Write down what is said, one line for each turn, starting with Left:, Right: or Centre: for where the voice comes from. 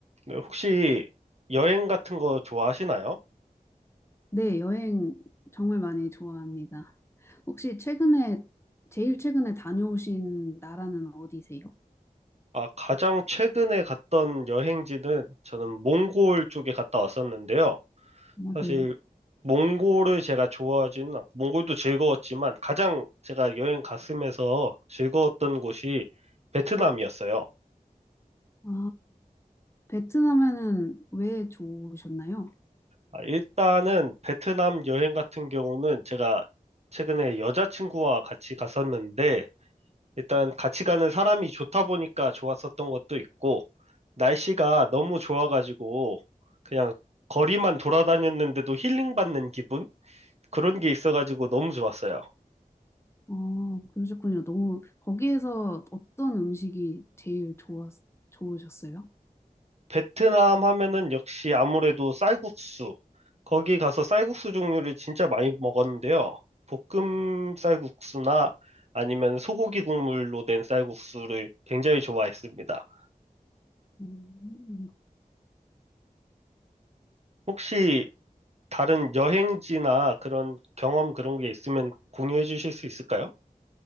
Right: 네, 혹시 여행 같은 거 좋아하시나요?
Left: 네, 여행 정말 많이 좋아합니다. 혹시 최근에, 제일 최근에 다녀오신 나라는 어디세요?
Right: 아, 가장 최근에 갔던 여행지는 저는 몽골 쪽에 갔다 왔었는데요.
Left: 어,
Right: 사실
Left: 네.
Right: 몽골을 제가 좋아하지는 않고, 몽골도 즐거웠지만 가장 제가 여행 갔으면서 즐거웠던 곳이 베트남이었어요.
Left: 아, 베트남에는 왜 좋으셨나요?
Right: 아, 일단은 베트남 여행 같은 경우는 제가 최근에 여자친구와 같이 갔었는데 일단 같이 가는 사람이 좋다 보니까 좋았었던 것도 있고, 날씨가 너무 좋아가지고, 그냥 거리만 돌아다녔는데도 힐링받는 기분? 그런 게 있어가지고 너무 좋았어요.
Left: 어, 그러셨군요. 너무, 거기에서 어떤 음식이 제일 좋았, 좋으셨어요?
Right: 베트남 하면은 역시 아무래도 쌀국수. 거기 가서 쌀국수 종류를 진짜 많이 먹었는데요. 볶음 쌀국수나 아니면 소고기 국물로 된 쌀국수를 굉장히 좋아했습니다.
Left: 음.
Right: 혹시 다른 여행지나 그런 경험 그런 게 있으면 공유해 주실 수 있을까요?